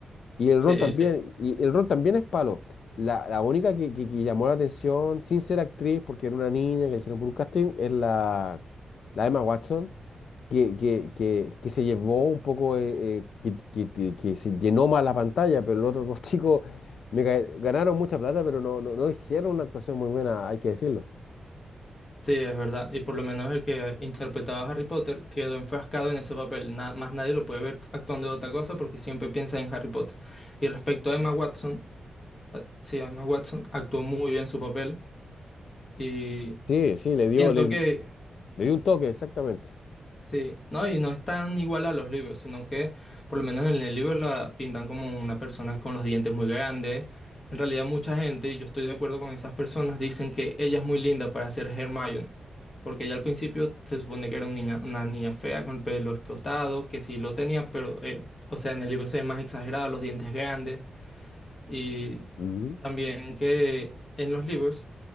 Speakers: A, on the left; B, on the left.
A: Y el
B: Sí,
A: Ron también, y el Ron también es palo. La, la única que, que, que llamó la atención, sin ser actriz, porque era una niña que eligieron por un casting, es la, la Emma Watson que, que, que, que se llevó un poco, eh, eh, que, que- que- que se llenó más la pantalla, pero los otros dos <laughs> chicos me ga- ganaron mucha plata, pero no, no, no hicieron una actuación muy buena, hay que decirlo.
B: Sí, es verdad. Y por lo menos el que interpretaba a Harry Potter quedó enfrascado en ese papel. Na- más nadie lo puede ver actuando de otra cosa porque siempre piensa en Harry Potter. Y respecto a Emma Watson, a- sí, a Emma Watson actuó muy bien su papel y
A: Sí, sí, le dio,
B: siento
A: le, le
B: que
A: dio un toque, exactamente.
B: Sí, no, y no es tan igual a los libros, sino que por lo menos en el libro la pintan como una persona con los dientes muy grandes. En realidad mucha gente, y yo estoy de acuerdo con esas personas, dicen que ella es muy linda para ser Hermione, porque ella al principio se supone que era un niña- una niña fea con el pelo explotado, que sí lo tenía, pero, eh, o sea, en el libro se ve más exagerado, los dientes grandes, y
A: Ujú.
B: también que en los libros